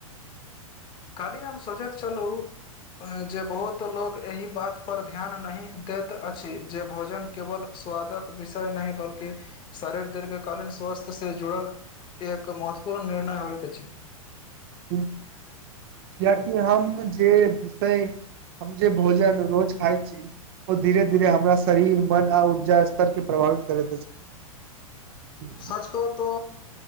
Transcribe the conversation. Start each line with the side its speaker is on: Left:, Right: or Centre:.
Left: कल्हि हम सोचैैत छलू जे बहुत लोग एहि बात पर ध्यान नही देत अछि जे भोजन केवल स्वादक विषय नही बल्कि शरीर दीर्घकालीन स्वस्थ से जुड़ल एक महत्वपूर्ण निर्णय होइत छैय।
Right: कियाकि हम जे तैय हम जे भोजन रोज खाइ छी। ओ धीरे-धीरे हमरा शरीर मन आ ऊर्जा के प्रभावित करैत अछि।
Left: सच कहूं तो